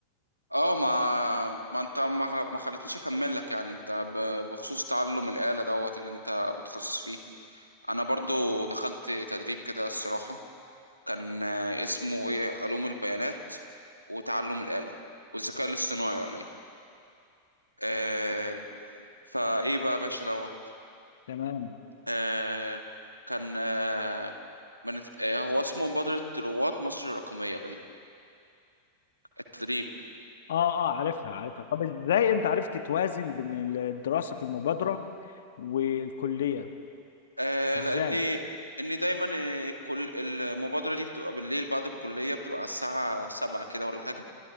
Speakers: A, on the right; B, on the left.
A: اه ما ما انت ما ما خلتنيش اكمل لك يعني انت ب- بخصوص تعلم الآلة دوت اللي انت متخصص فيه انا برضو دخلت تدريب كده الصراحة كان آه، اسمه ايه علوم البيانات وتعلم الآلة والذكاء الاصطناعي ولا ايه آه فايه بقى يا باشا دوت
B: تمام
A: آه كان آه من آه هو اسمه مبادرة رواد مصر الرقمية باين التدريب
B: اه اه عارفها عارفها طب ازاي انت عرفت توازن بين الدراسه في المبادره والكليه
A: آه
B: ازاي
A: لأني إني دايما آه، كل المبادرة دي بتبقى بالليل بعد الكلية بتبقى على الساعة سبعة كده ولا حاجة